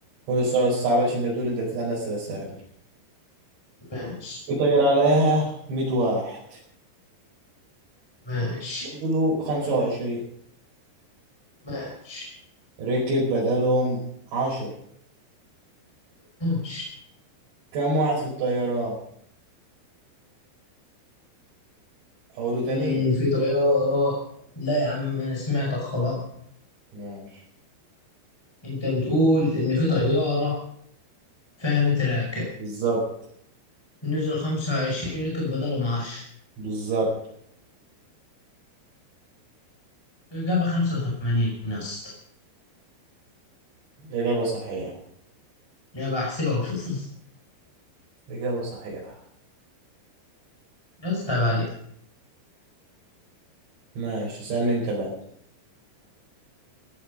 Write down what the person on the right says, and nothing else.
قول السؤال الصعب عشان أنت بتقول أنت بتسألني أسئلة سهلة
يطير عليها مية واحد
وزنه خمسة وعشرين
ركب بدلهم عشر
كم واحد في الطيارة؟ أقوله تاني
ماشي
بالظبط
بالظبط
إجابة صحيحة
إجابة صحيحة
ماشي اسألني انت بقى